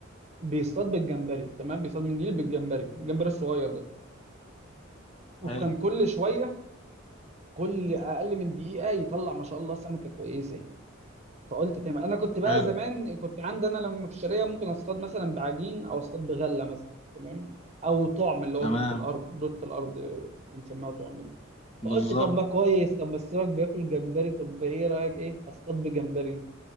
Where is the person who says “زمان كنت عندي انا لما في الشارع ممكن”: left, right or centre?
Right